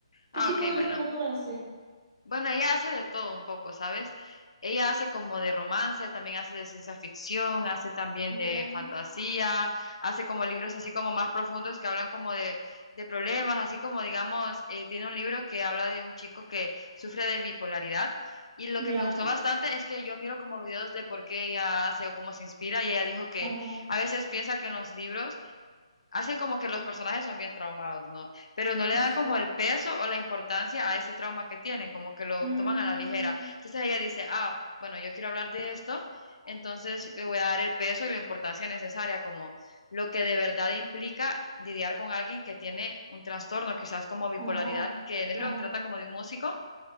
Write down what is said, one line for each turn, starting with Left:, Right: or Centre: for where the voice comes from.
Right: ¿Qué
Left: Ah,
Right: tipo
Left: ok,
Right: de
Left: bueno.
Right: literatura hace?
Left: Bueno, ella hace de todo un poco, ¿sabes? Ella hace como de romance, también hace de ciencia ficción, hace también de
Right: Ya,
Left: fantasía, hace como libros así como más profundos que hablan como de, de problemas, así como digamos, eh, tiene un libro que habla de un chico que sufre de bipolaridad. Y lo
Right: ya,
Left: que me gustó bastante es que yo miro como videos de por qué ella hace o cómo se inspira y ella dijo que
Right: ajá,
Left: a veces piensa que en los libros hacen como que los personajes son bien traumados, ¿no? Pero no le
Right: sí.
Left: dan como el peso o la importancia a ese trauma que tienen, como que lo
Right: Mm,
Left: toman a la ligera. Entonces ella dice, ah, bueno, yo quiero hablar de esto, entonces le voy a dar el peso y la importancia necesaria, como lo que de verdad implica lidiar con alguien que tiene un trastorno, quizás como bipolaridad,
Right: ajá,
Left: que en el
Right: ajá,
Left: libro trata como de un músico